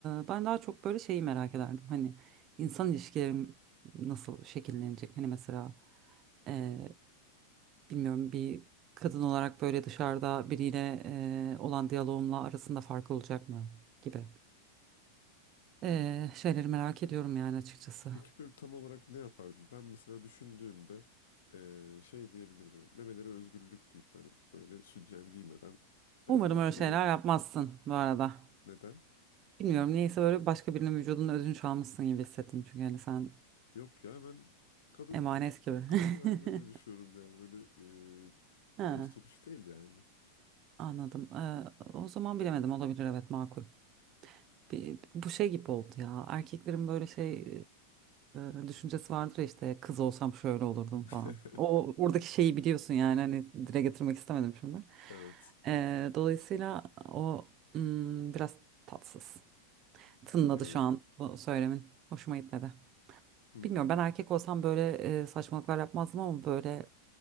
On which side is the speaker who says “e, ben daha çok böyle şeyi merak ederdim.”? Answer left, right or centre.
Right